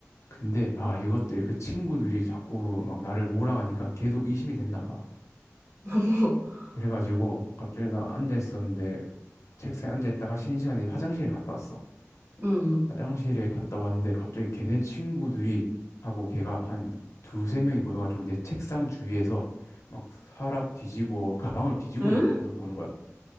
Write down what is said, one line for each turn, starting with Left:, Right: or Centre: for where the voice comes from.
Left: 근데 아, 이것들 그 친구들이 자꾸 막 나를 몰아가니까 걔도 의심이 됐나 봐.
Right: <laughs>
Left: 그래가지고 갑자기 나 앉아 있었는데 책상에 앉아 있다가 쉬는 시간에 화장실에 갔다 왔어.
Right: 음.
Left: 화장실에 갔다 왔는데 갑자기 걔네 친구들이 하고 걔가 한 두세 명이 모여가지고 내 책상 주위에서 막 서랍 뒤지고 가방을 뒤지고
Right: 응?
Left: 있는 모습 보는 거야.